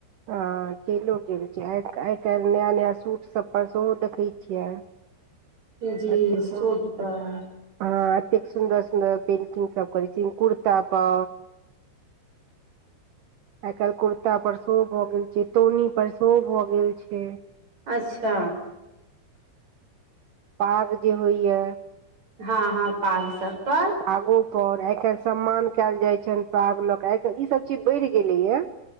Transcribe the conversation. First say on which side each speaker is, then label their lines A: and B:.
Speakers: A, on the right; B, on the right.
A: हँ चैलो गेल छै आइ आइ काल्हि नया नया सूट सभ पर सेहो देखै छियै
B: जी
A: एते सुन्दर
B: सूट पऽ
A: हँ अतेक सुन्दर सुन्दर पेंटिंग सब करै छी कुर्ता पऽ
B: <unintelligible>
A: आई काल्हि कुर्ता पर सेहो भऽ गेल छै तौनी पर सेहो भऽ गेल छै
B: अच्छा
A: पाग जे होइया
B: हँ हँ पाग सब पऽ
A: आ ओई पर आई काल्हि सम्मान कयल जाय छनि पाग ल के आई काल्हि ई सब चीज बढ़ि गेलैया